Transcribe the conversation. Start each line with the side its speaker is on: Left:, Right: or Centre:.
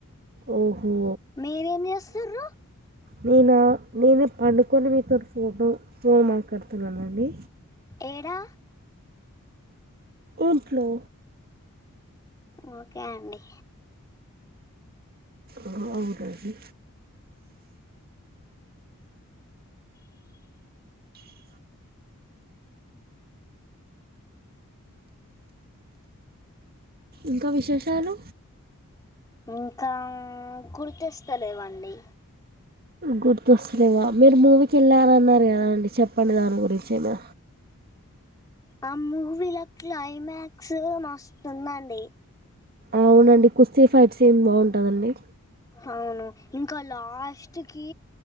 Right: ఓహో
Left: మీరేం చేస్తుర్రు
Right: నేన నేను పండుకోని మీతోటి ఫోను ఫోన్ మాట్లాడుతున్నానండి
Left: ఏడా
Right: ఇంట్లో
Left: ఓకే అండి
Right: అ అవునండి ఇంకా విశేషాలు
Left: ఇంకా గుర్తొస్తలేవండి
Right: గుర్తొస్తలేవా మీరు మూవీకి వెళ్ళారన్నారు కదా అండి చెప్పండి దాని గురించైనా
Left: అమూవీల క్లైమాక్సు మస్తుందండి
Right: అవునండి కుస్తీ ఫైట్స్ సీన్ బావుంటదండి
Left: హవును ఇంకా లాస్ట్ కీ